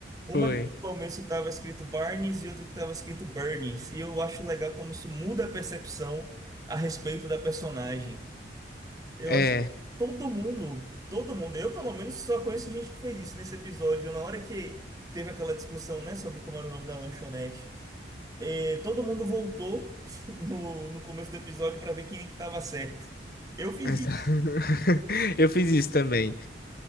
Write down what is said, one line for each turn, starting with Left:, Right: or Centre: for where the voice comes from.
Right: Uma
Left: foi.
Right: que no começo estava escrito Barney's e outra que estava escrito Bernie's. E eu acho legal como isso muda a percepção a respeito da personagem. Eu
Left: É.
Right: acho que todo mundo, todo mundo, eu pelo menos só conheço gente que fez isso nesse episódio. Na hora que teve aquela discussão, né, sobre como era o nome da lanchonete, eh, todo mundo voltou <laughs> no, no começo do episódio para ver quem é que tava certo. Eu fiz
Left: exa-
Right: isso.
Left: <laughs> Eu fiz isso também.